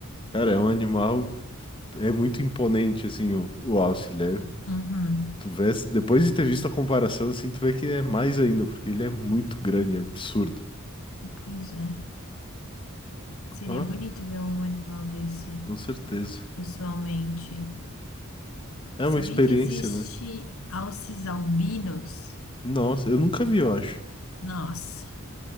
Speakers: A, on the left; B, on the left.
A: Cara,
B: Né?
A: é um animal, é muito imponente, assim, o, o alce. Ele é-
B: Uhum.
A: tu vê, depois de ter visto a comparação, assim, tu vê que é mais ainda, porque ele é muito grande, é absurdo.
B: Pois é. Seria
A: Ah,
B: bonito ver um animal desse
A: com certeza.
B: pessoalmente.
A: É
B: Sabia
A: uma experiência,
B: que existe
A: né?
B: alces albinos?
A: Nossa, eu nunca vi, eu acho.
B: Nossa,